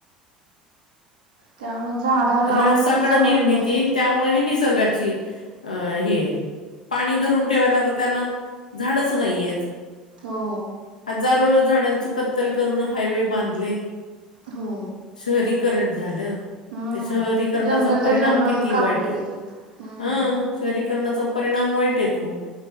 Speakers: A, on the right; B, on the left.
A: त्यामुळे झाडं लावून
B: रा ऱ्हासाकड
A: ती जगवली
B: निर्मिती
A: पाहिजेत
B: न त्यामुळे ही निसर्गाची अ हे य. पाणी धरून ठेवायला तर त्यांना झाडच नाहीयेत.
A: हो.
B: हजारो झाडांची कत्तल करून हायवे बांधले
A: हो
B: शहरी करण झाल
A: हम्म
B: शहरीकरणाचा
A: जंगलच्या
B: परिणाम
A: जंगल
B: किती
A: कापले
B: वाईट आहेत.
A: गेलेत हम्म
B: हां शहरीकरणाचा परिणाम वाईट आहे खूप.